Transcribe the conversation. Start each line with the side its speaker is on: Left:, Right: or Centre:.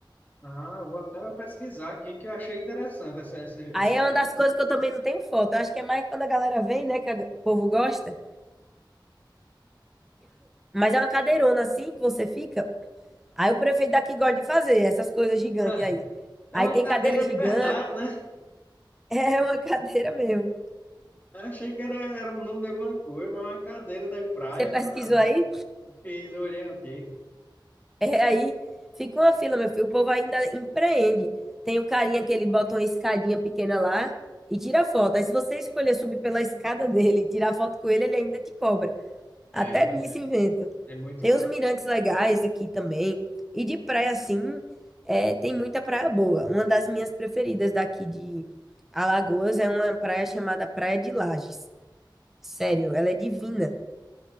Left: ah, eu vou até pesquisar aqui que eu achei interessante essa, essa, essa-
Centre: Aí é uma das coisas que eu também não tenho foto. Eu acho que é mais quando a galera vem, né, que a- o povo gosta. Mas é uma cadeirona assim que você fica. Aí o prefeito daqui gosta de fazer essas coisas gigantes
Left: <laughs>
Centre: aí.
Left: É
Centre: Aí
Left: uma
Centre: tem
Left: cadeira
Centre: cadeira gigante,
Left: de verdade, né?
Centre: <laughs> é uma cadeira mesmo.
Left: Eu achei que era, era o nome de alguma coisa, mas é uma cadeira da praia,
Centre: Você pesquisou
Left: nada a ver.
Centre: aí?
Left: Fiz, eu olhei aqui.
Centre: É, aí fica uma fila, meu filho. O povo ainda empreende. Tem o carinha que ele bota uma escadinha pequena lá e tira foto. Aí se você escolher subir pela escada dele e tirar foto com ele, ele ainda te cobra.
Left: É,
Centre: Até nisso inventa.
Left: é muito.
Centre: Tem os mirantes legais aqui também. E de praia, assim, é, tem muita praia boa. Uma das minhas preferidas daqui de Alagoas é uma praia chamada Praia de Lages. Sério, ela é divina.